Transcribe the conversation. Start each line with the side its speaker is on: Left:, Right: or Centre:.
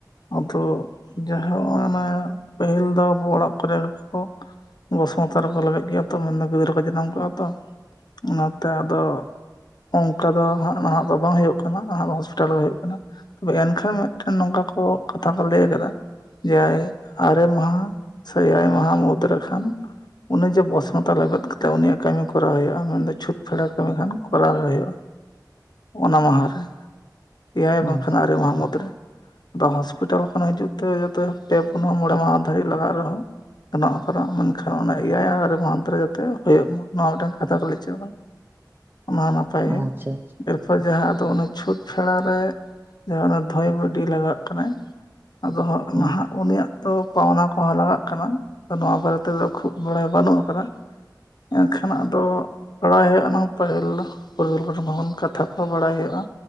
Left: ᱟᱫᱚ ᱡᱟᱦᱟᱸ ᱚᱱᱮ ᱯᱟᱹᱦᱤᱞ ᱫᱚ ᱟᱵᱚ ᱚᱲᱟᱜ ᱠᱚᱨᱮ ᱜᱮᱠᱚ ᱵᱚᱥᱢᱚᱛᱚ ᱨᱮᱠᱚ ᱞᱟᱵᱮᱫ ᱜᱮᱭᱟ ᱛᱚ, ᱢᱮᱱᱫᱚ ᱜᱤᱫᱽᱨᱟᱹ ᱠᱚ ᱡᱟᱱᱟᱢ ᱠᱟᱜᱼᱟ ᱛᱚ, ᱚᱱᱟᱛᱮ ᱟᱫᱚ ᱚᱱᱠᱟ ᱫᱚ ᱦᱟᱸᱜ ᱱᱟᱦᱟᱜ ᱫᱚ ᱵᱟᱝ ᱦᱩᱭᱩᱜ ᱠᱟᱱᱟ ᱱᱟᱦᱟᱜ ᱛᱟᱦᱚᱞᱮ ᱦᱩᱭᱩᱜ ᱠᱟᱱᱟ ᱛᱚᱵᱮ ᱮᱱᱠᱷᱟᱱ ᱢᱤᱫᱴ ᱱᱚᱝᱠᱟ ᱠᱚ ᱠᱟᱛᱷᱟ ᱠᱚ ᱞᱟᱹᱭ ᱠᱟᱫᱟ ᱮᱭᱟᱭ ᱟᱨᱮ ᱢᱟᱦᱟ ᱥᱮ ᱮᱭᱟᱭ ᱢᱟᱦᱟ ᱢᱩᱫᱽ ᱨᱮᱠᱷᱟᱱ ᱚᱱᱮ ᱡᱮ ᱵᱚᱥᱢᱚᱛᱟ ᱞᱮᱵᱮᱫ ᱠᱟᱛᱮ ᱩᱱᱤᱭᱟᱜ ᱠᱟᱹᱢᱤ ᱠᱚᱨᱟᱣ ᱦᱩᱭᱩᱜᱼᱟ ᱢᱮᱱᱫᱚ ᱪᱷᱩᱛ ᱯᱷᱮᱲᱟ ᱠᱟᱹᱢᱤ ᱠᱷᱟᱱ ᱠᱚᱨᱟᱣ ᱜᱮ ᱦᱩᱭᱩᱜᱼᱟ ᱚᱱᱟ ᱢᱟᱦᱟ ᱨᱮ ᱮᱭᱟᱭ ᱵᱟᱝ
Right: ᱟᱪᱪᱷᱟ
Left: ᱠᱷᱟᱱ ᱟᱨᱮ ᱢᱟᱦᱟ ᱢᱩᱫᱽᱨᱮ ᱛᱚ ᱦᱚᱥᱯᱤᱴᱟᱞ ᱠᱷᱚᱱ ᱦᱤᱡᱩᱜ ᱛᱮ ᱡᱮ ᱯᱩᱱ ᱢᱚᱬᱮ ᱢᱟᱦᱟ ᱫᱷᱟᱹᱨᱵᱤᱡ ᱞᱟᱜᱟᱜ ᱨᱮᱦᱚᱸ ᱜᱟᱱᱚᱜ ᱚᱱᱠᱟᱱᱟᱜ ᱢᱮᱱᱠᱷᱟᱱ ᱚᱱᱟ ᱮᱭᱟᱭ <inaudible> ᱨᱮ ᱡᱟᱛᱮ ᱦᱩᱭᱩᱜ ᱢᱟ ᱱᱚᱣᱟ ᱢᱤᱫᱴᱮᱱ ᱠᱟᱛᱷᱟ ᱠᱚ ᱞᱟᱹᱭ ᱦᱚᱪᱚ ᱠᱟᱫᱟ᱾ ᱚᱱᱟ ᱦᱚᱸ ᱱᱟᱯᱟᱭ ᱜᱮ,
Right: ᱟᱪᱪᱷᱟ ᱟᱪᱪᱷᱟ
Left: ᱮᱨᱯᱚᱨ ᱡᱟᱦᱟᱸ ᱟᱫᱚ ᱚᱱᱮ ᱪᱷᱩᱸᱛ ᱯᱷᱮᱲᱟ ᱨᱮ ᱡᱟᱦᱟᱸ ᱫᱷᱟᱹᱭ ᱵᱩᱰᱷᱤ ᱞᱟᱜᱟᱜ ᱠᱟᱱᱟᱭ ᱟᱫᱚ ᱦᱟᱸᱜ
Right: ᱦᱩᱸ
Left: ᱱᱟᱦᱟᱜ ᱩᱱᱤᱭᱟᱜ ᱛᱚ ᱯᱟᱣᱱᱟ ᱠᱚᱦᱚᱸ ᱞᱟᱜᱟᱜ ᱠᱟᱱᱟ, ᱱᱚᱣᱟ ᱵᱟᱨᱮ ᱛᱮᱫᱚ ᱠᱷᱩᱵ ᱵᱟᱲᱟᱭ ᱵᱟᱹᱱᱩᱜ ᱟᱠᱟᱫᱟ᱾ ᱮᱱᱠᱷᱟᱱ ᱟᱫᱚ ᱵᱟᱲᱟᱭ ᱦᱩᱭᱩᱜᱼᱟ ᱚᱱᱟ ᱯᱟᱹᱦᱤᱞ ᱯᱩᱨᱩᱫᱷᱩᱞ ᱠᱷᱚᱱ ᱠᱟᱛᱷᱟ ᱠᱚ ᱵᱟᱲᱟᱭ ᱦᱩᱭᱩᱜᱼᱟ